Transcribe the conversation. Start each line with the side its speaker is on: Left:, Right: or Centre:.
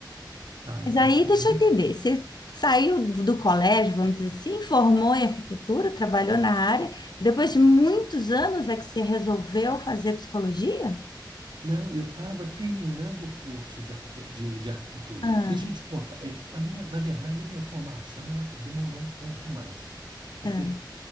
Right: Mas
Left: Mas aí
Right: é,
Left: deixa
Right: é muito.
Left: eu entender, você saiu do colégio, vamos dizer assim, formou em arquitetura, trabalhou na área, depois de muitos anos é que você resolveu fazer psicologia?
Right: Não, eu estava terminando o curso de, arquite- de, de arquitetura.
Left: Ah,
Right: Deixa eu te contar. É, a minha, na verdade, a minha formação ela demorou um pouco mais, porque
Left: ah,